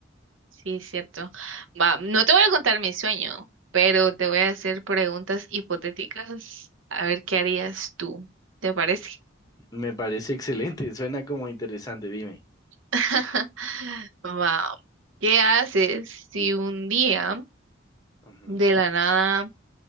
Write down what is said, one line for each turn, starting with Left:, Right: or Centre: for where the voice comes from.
Right: Sí, es cierto. Va, no te voy a contar mi sueño, pero te voy a hacer preguntas hipotéticas a ver qué harías tú. ¿Te parece?
Left: Me parece <laughs> excelente, suena como interesante, dime.
Right: <laughs> Va, ¿qué haces si un día
Left: Ujú,
Right: de la nada